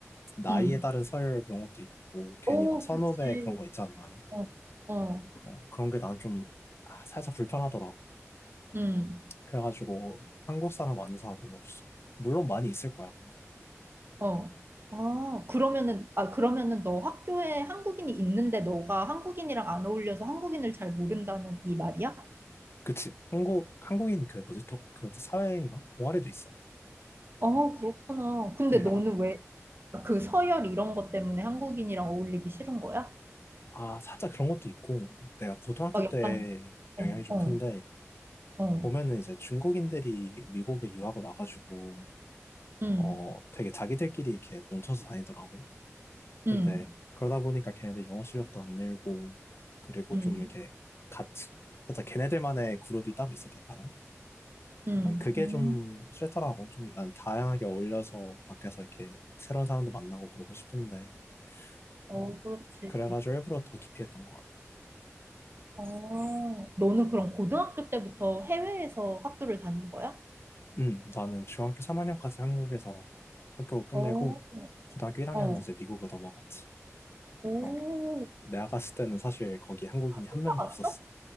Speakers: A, on the left; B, on the right.
A: 나이에
B: 음.
A: 따른 서열 그런 것도 있고 괜히
B: 오,
A: 막 선후배
B: 그치.
A: 그런 거 있잖아.
B: 어, 어,
A: 어, 그런 게 난좀 아, 살짝 불편하더라고.
B: 음.
A: 그래가지고 한국 사람 아는 사람은 없어. 물론 많이 있을 거야, 근데.
B: 어. 아, 그러면은, 아, 그러면은 너 학교에 한국인이 있는데 너가 한국인이랑 안 어울려서 한국인을 잘 모른다는 이 말이야?
A: 그치. 한국, 한국인 그 뭐지, 독, 그 사회인가? 동아리도 있어.
B: 아, 그렇구나. 근데 너는
A: 아,
B: 왜, 그 서열 이런 것 때문에 한국인이랑 어울리기 싫은 거야?
A: 아, 살짝 그런 것도 있고, 내가 고등학교
B: 막 약간
A: 때
B: 어,
A: 영향이 좀
B: 어,
A: 큰데,
B: 어,
A: 보면은 이제 중국인들이 미국에 유학을 와가지고,
B: 음,
A: 어, 되게 자기들끼리 이렇게 뭉쳐서 다니더라고. 근데
B: 음,
A: 그러다 보니까 걔네들 영어 실력도 안 늘고, 그리고
B: 음,
A: 좀 이렇게 같이, 살짝 걔네들만의 그룹이 따로 있어야 될까나?
B: 음,
A: 난 그게
B: 음.
A: 좀 싫더라고. 좀 난 다양하게 어울려서 밖에서 이렇게 새로운 사람도 만나고 그러고 싶은데,
B: 어,
A: 어,
B: 그렇지.
A: 그래가지고 일부러 더 깊이 했던 것 같아.
B: 어, 너는 그럼 고등학교 때부터 해외에서 학교를 다닌 거야?
A: 음, 나는 중학교 3학년까지 한국에서 학교 끝내고,
B: 어,
A: 고등학교 1학년은
B: 어,
A: 이제 미국으로 넘어갔지.
B: 오,
A: 어, 내가 갔을 때는 사실 거기 한국인이 한
B: 올라갔어.
A: 명도 없었어.